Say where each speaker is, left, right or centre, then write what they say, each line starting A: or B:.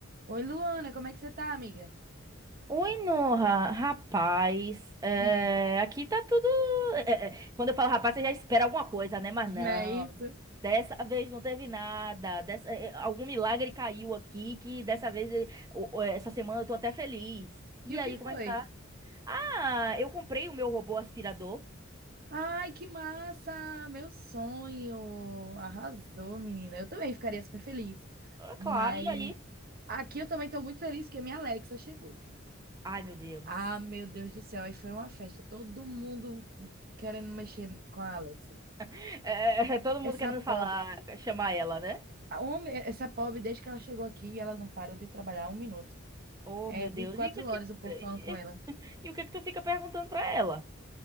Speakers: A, on the right; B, on the right.
A: Oi, Luana, como é que você tá, amiga?
B: Oi, Noha, rapaz, é,
A: Hum,
B: aqui tá tudo. é, é, quando eu falo rapaz, você já espera alguma coisa, né? Mas
A: não
B: não,
A: é isso?
B: dessa vez não teve nada. Dessa, é, é, algum milagre caiu aqui que dessa vez, é, o- o- eh, essa semana eu tô até feliz. E
A: E o
B: aí,
A: que foi?
B: como é que tá? Ah, eu comprei o meu robô aspirador.
A: Ai, que massa! Meu sonho! Arrasou, menina. Eu também ficaria
B: E,
A: super feliz.
B: ah,
A: Mas
B: claro, e aí?
A: aqui eu também tô muito feliz que a minha Alexa chegou.
B: Ai, meu Deus.
A: Ah, meu Deus do céu, aí foi uma festa. Todo mundo querendo mexer com a Alexa.
B: <laughs> É, é, é, todo mundo
A: Essa
B: querendo
A: pobre,
B: falar, chamar ela, né?
A: a homem- essa pobre, desde que ela chegou aqui, ela não parou de trabalhar um minuto.
B: Oh,
A: É
B: meu
A: vinte
B: Deus,
A: e quatro
B: e o que é que,
A: horas o povo
B: <laughs>
A: falando com ela.
B: e o que é que tu fica perguntando pra ela?